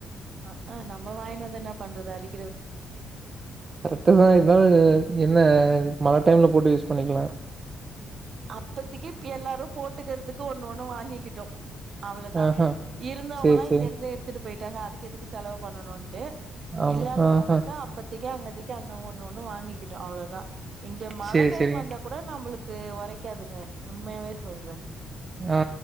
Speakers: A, on the right; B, on the right.
A: அ ஆஹ் நம்ம வாய்ன்னு வந்து என்ன பண்றது அடி
B: கரெட்டுதா இருந்தாலு என்ன மழ டைம்ல போட்டு யூஸ் பண்ணிக்கலா
A: அப்பதிக்கி எல்லாரும் போட்டுக்கிறதுக்கு ஒண்ணு ஒண்ணு வாங்கிக்கிட்டோம் அவ்ளோதான்
B: ஆஹ.
A: இருந்தவங்களாம்
B: சேரி சேரி
A: இங்க இருந்து எடுத்துட்டு போய்ட்டாங்க அதுக்கு எதுக்கு செலவு பண்ணணும் டு
B: ஆமா
A: இல்லாதவங்க
B: ஆஹா
A: மட்டும் அப்பத் திக்கி அங்கத்திக்கி அங்க ஒண்ணு ஒண்ணு வாங்கிக்கிட்டோம் அவ்ளோதான் இங்க மழ
B: சேரி
A: டைம்
B: சேரி
A: வந்தா கூட நம்மளுக்கு ஒரை கக்காதுங்க உண்மையாவே சொல்றே
B: ஆ